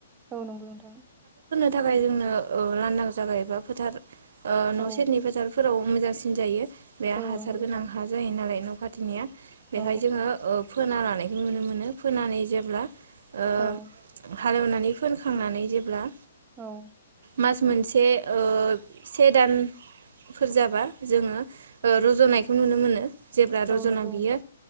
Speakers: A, on the right; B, on the right.
A: औ नंगौ नोंथां
B: थाखाय जोंनो ओ लांदां जागा एबा फोथार ओ न'
A: औ
B: सेरनि बाजार फोराव मोजांसिन जायो बे
A: औ
B: हासार
A: नंगौ
B: गोनां
A: नोंथां
B: हा जायो नालाय न' खाथ थिनिया बेवहाय
A: औ
B: जोङो ओ फोना ला नाय नुनो मोनो फोनानै जेब्ला ओ
A: औ
B: हालेवनानै फोनखांनानै जेब्ला
A: औ
B: मास मोनसे ओ से दान फोर जाबा जोङो ओ रुजनायखौ नुनो मोनो। जेब्ला रजना
A: औ नंगौ
B: बियो